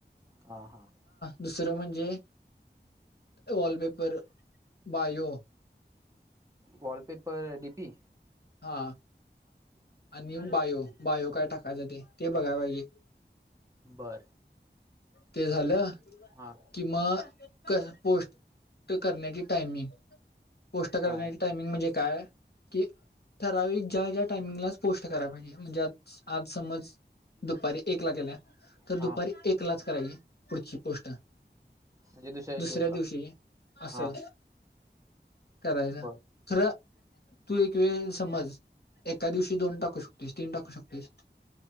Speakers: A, on the right; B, on the left.
A: हा हा.
B: दुसरं म्हणजे wallpaper bio
A: wallpaper D P.
B: हा आनिल बायो बायो काय टाकायचं ते ते बघाय पाहिजे.
A: बर
B: ते झालं
A: हा
B: कि म कस पोस्ट पोष्ट करण्याची टायमिंग पोष्ट करण्याची
A: टाय
B: टायमिंग म्हणजे काय कि ठरावीक ज्या ज्या टाइमिंगलाच पोस्ट कराय पाहिजे म्हणजे आत आज समज दुपारी एक ला केला तर दुपारी
A: हा
B: एक लाच करायची पुढची पोस्ट.
A: म्हणजे विषयी
B: दुसऱ्या
A: एकला
B: दिवशी आसं
A: हा
B: करायला
A: बर
B: खरं तू एक वेळेस समज एका दिवशी दोन टाकू शकतेस तीन टाकू शकतेस.